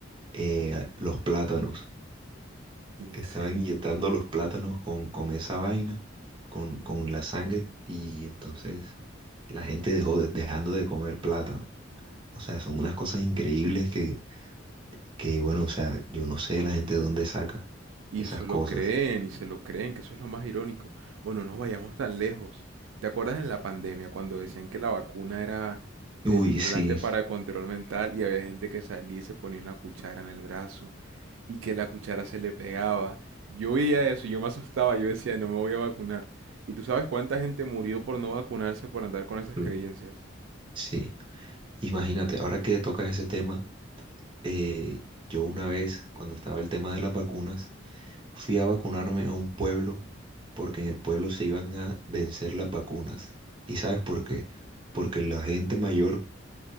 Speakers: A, on the right (about 25°); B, on the right (about 80°).
A: eh, los plátanos.
B: En
A: estaban
B: serio.
A: inyectando los plátanos con, con esa vaina, con, con la sangre, y entonces la gente dejó de- dejando de comer plátano. O sea, son unas cosas increíbles que, que, bueno, o sea, yo no sé la gente de dónde saca
B: Y
A: esas
B: se
A: cosas.
B: lo creen, y se lo creen, que eso es lo más irónico. O no nos vayamos tan lejos. ¿Te acuerdas en la pandemia cuando decían que la vacuna era el
A: Uy,
B: implante
A: sí,
B: para control mental y había gente que salía y se ponía una cuchara en el brazo y que la cuchara se le pegaba? Yo veía eso y yo me asustaba, yo decía, no me voy a vacunar. ¿Y tú sabes cuánta gente murió por no vacunarse, por andar con esas
A: mm,
B: creencias?
A: sí. Imagínate, ahora que tocas ese tema, eh, yo una vez, cuando estaba el tema de las vacunas, Fui a vacunarme a un pueblo porque en el pueblo se iban a vencer las vacunas. ¿Y sabes por qué? Porque la gente mayor